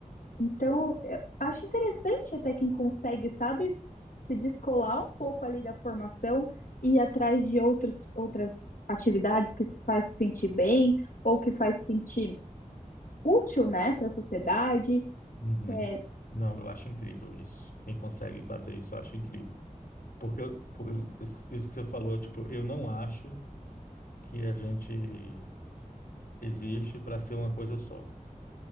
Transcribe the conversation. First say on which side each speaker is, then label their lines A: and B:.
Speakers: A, on the left (about 75°); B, on the left (about 90°).
A: Então, eu acho interessante até quem consegue, sabe, se descolar um pouco ali da formação e ir atrás de outros, outras atividades que se faz se sentir bem ou que faz se sentir útil, né, para a sociedade
B: Uhum.
A: É,
B: Não, eu acho incrível isso. Quem consegue fazer isso, eu acho incrível. Porque, eu- porque eu- isso isso que você falou, tipo, eu não acho que a gente existe para ser uma coisa só,